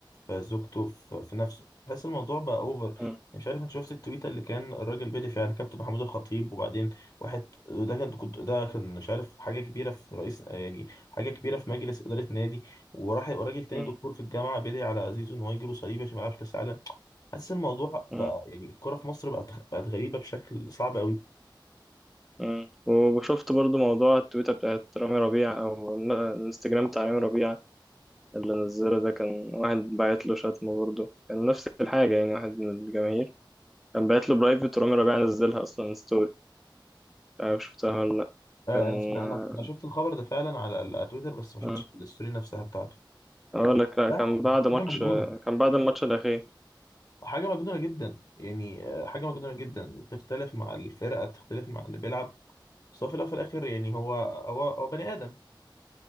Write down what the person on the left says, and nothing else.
في زوجته في, في نفسه بحس الموضوع بقى اوفر
مش عارف انت شفت التويتة اللي كان الراجل بيدي فيها على كابتن محمود الخطيب وبعدين واحد ده كان كنت ده كان مش عارف حاجة كبيرة في رئيس يعني حاجة كبيرة في مجلس إدارة نادي وراح وراجل تاني
دكتور في الجامعة بيدعي على زيزو ان هو يجيله صليبي عشان ما يلعبش كأس العالم حاسس الموضوع
بقى يعني الكورة في مصر بقت بقت غريبة بشكل صعب قوي.
آه
انا سمعت
انا انا شفت الخبر ده فعلا على ال- على تويتر بس ما شفتش
الستوري نفسها بتاعته
ده
حاجه
مجنونه
حاجه مجنونه جدا يعني آه، حاجه مجنونه جدا تختلف مع الفرقه تختلف مع اللي بيلعب بس هو في الأول وفي الاخر يعني هو هو هو بني ادم